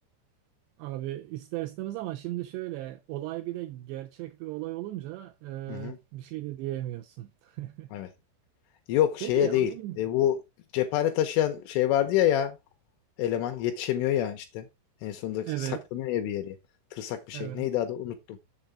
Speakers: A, on the right; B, on the left.
A: Abi ister istemez ama şimdi şöyle olay bir de gerçek bir olay olunca
B: Hı hı.
A: e, bir şey de diyemiyorsun. <laughs>
B: Evet. Yok
A: Peki
B: şeye
A: aynı
B: değil. E, bu cephane taşıyan şey vardı ya ya eleman yetişemiyor ya işte. En sonunda saklanıyor
A: Evet,
B: ya bir yere. Tırsak bir şey.
A: evet,
B: Neydi adı unuttum.